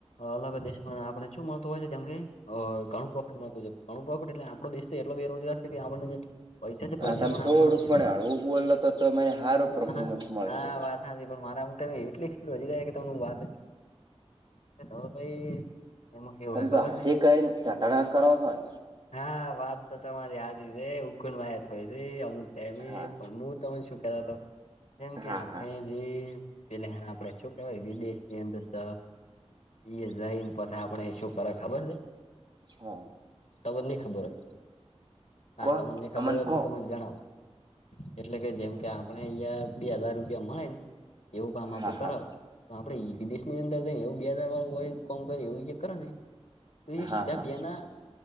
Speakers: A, on the left; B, on the right.
A: અલગ દેશમાં આપણે શું મળતું હોય છે જેમ કે, અ ઘણું પ્રોફિટ મળતું છે. ઘણું પ્રોફિટ એટલે આપણો દેશ છે, એટલો બેરોજગાર છે કે આપણને જે પૈસા છે
B: હા
A: પૈસા
B: તમે
A: પણ
B: થોડુંક
A: આપતો નથી એટલો
B: પણ હળવું બોલો તો તમે હારું પરફોમન્સ
A: હા
B: મળશે.
A: હા વાત હાચી પણ મારામ તમે એટલી સ્પીડ વધી જાય કે તમને વાત ધો ભાઈ. એમાં કેવું
B: તમે
A: હે ખબર
B: તો હાચે
A: હે
B: કઈ ચતણા કરો છો ન?
A: હા વાત તો તમારી હાચી સે, એ ઉકાનવાયા થઈ જે અમુક ટાઈમે
B: હા
A: પણ મુ તમે શું કેતા તો, જેમ કે
B: હા
A: આપણે
B: હા
A: જે પેલા આપણેે શુ કેવાય વિદેશની અંદર ત, ઈ એ જઈને પછી આપણે શું કરે ખબર છે.
B: હા
A: તમન ની ખબર હોય, હા
B: કો
A: તમન ની ખબર
B: અમન
A: હો, હું
B: કો
A: તમને જણાવ એટલે કે જેમ કે આપણા ઈયા બે હજાર રૂપિયા મળેન, એવું કામ આપ
B: હા
A: કરા
B: હા
A: તો આપડે ઈ વિદેશ ની અંદર, ઈને એવું બે હજાર વાળું હોય કોમ કર એવું કરે ને તો એ સીધા
B: હા હા
A: બે ના,